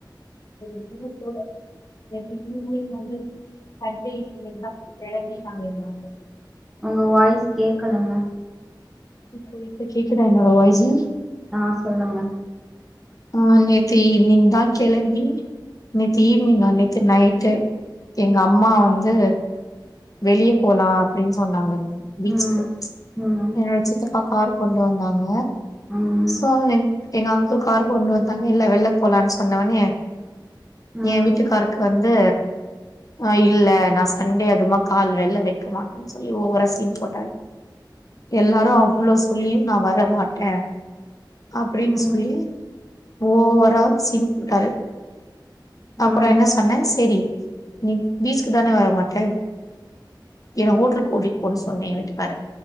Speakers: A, on the left; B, in the centre.
A: வேர எங்கேயுமே போல நேத்து ஈவினிங் வந்து சண்டே ஈவினிங்தா கெளம்பி நாங்க இங்க வந்தோ
B: உங்க வாய்ஸ் கேட்கலங்க
A: ஓ இப்ப கேக்குதா என்னோட வாய்ஸ்சு
B: ஆ சொல்லுங்க
A: ஆ நேத்து ஈவினிங் தா கெளம்பி நேத்து ஈவினிங்கா நேத்து நைட்டு எங்க அம்மா வந்து வெளியே போலா அப்படின்னு சொன்னாங்க பீச்சுக்கு
B: ம் ம்
A: என்னோட சித்தப்பா கார் கொண்டு வந்தாங்க
B: ம்
A: சோ எங்க அங்கிள் காரு கொண்டு வந்தாங்க எல்ல வெல்ல போலான்னு சொன்னவனே
B: ம் ம்
A: எ வீட்டுக்காருக்கு வந்து ஆ இல்ல நா சண்டே அதுமா கால் வெளியில வெக்க மாட்டேன்னு சொல்லி ஓவரா சீன் போட்டாரு எல்லாரு அவ்ளோ சொல்லியு நா வரமாட்டே அப்படின்னு
B: ம்
A: சொல்லி ஓவரா சீன் போட்டாரு அப்புற
B: ம்
A: என்ன சொ சொன்னே செரி நீ பீச்சுக்கு தானே வரமாட்டே என்ன ஹோட்டலுக்கு கூட்டிட்டு போன்னு சொன்னேன் ஏ வீட்டுக்கார